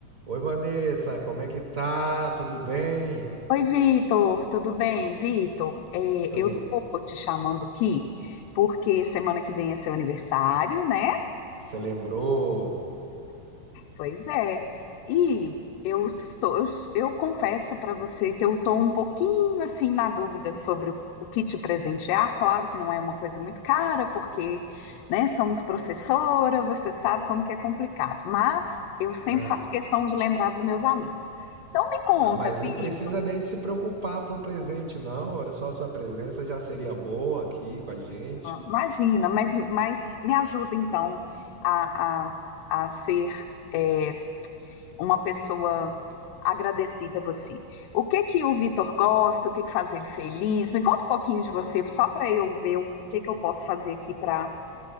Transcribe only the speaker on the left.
Oi, Vitor, tudo bem? Vitor, é,
eu tô te chamando aqui porque semana que vem é seu aniversário, né?
Pois é. E eu estou, eu, eu confesso para você que eu tô um pouquinho assim na dúvida sobre o, o que te presentear. Claro que não é uma coisa muito cara, porque, né, somos professora, você sabe como que é complicado. Mas eu sempre
faço questão de lembrar dos meus amigos. Então me conta,
Vitor.
Imagina, mas, mas me ajuda então a, a, a ser é, uma pessoa agradecida a você. O que que o Vitor gosta? O que que faz ele feliz? Me conta um pouquinho de você, só para eu ver o o que que eu posso fazer aqui para